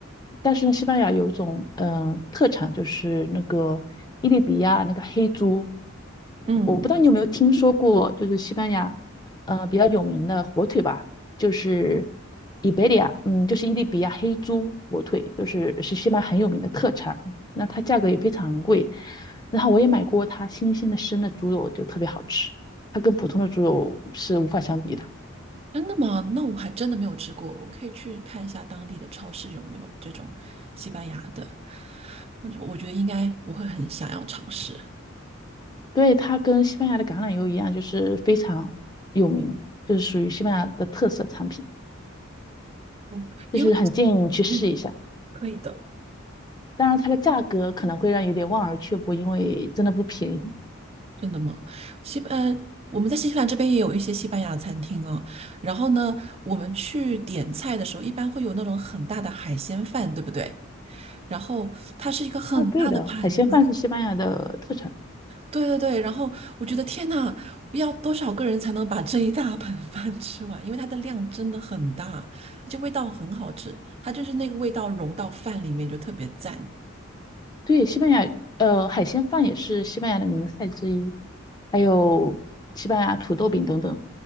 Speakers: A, on the left; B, on the right.
A: 但是呢，西班牙有一种呃特产，就是那个伊利比亚那个黑猪，
B: 嗯，
A: 我不知道你有没有听说过，就是西班牙呃比较有名的火腿吧，就是伊贝利亚，嗯，就是伊利比亚黑猪火腿，就是是西班牙很有名的特产，那它价格也非常贵，然后我也买过它新鲜的生的猪肉，就特别好吃，它跟普通的猪肉是无法相比的。
B: 真的吗？那我还真的没有吃过，我可以去看一下当地的超市有没有这种西班牙的。我觉我觉得应该我会很想要尝试，
A: 对，它跟西班牙的橄榄油一样，就是非常有名，就是属于西班牙的特色产品，
B: 嗯因为
A: 就是很建议你去试一下。
B: 嗯，可以的。
A: 当然，它的价格可能会让有点望而却步，因为真的不便宜。
B: 真的吗？西班，呃，我们在新西兰这边也有一些西班牙餐厅啊。然后呢，我们去点菜的时候，一般会有那种很大的海鲜饭，对不对？然后它是一个很大的盘子，
A: 啊，对的，海鲜饭是西班牙的特产。
B: 对对对。然后我觉得天呐，要多少个人才能把这一大盆饭 <laughs> 吃完？因为它的量真的很大，而且味道很好吃，它就是那个味道融到饭里面就特别赞。
A: 对，西班牙，呃，海鲜饭也是西班牙的名菜之一，还有西班牙土豆饼等等。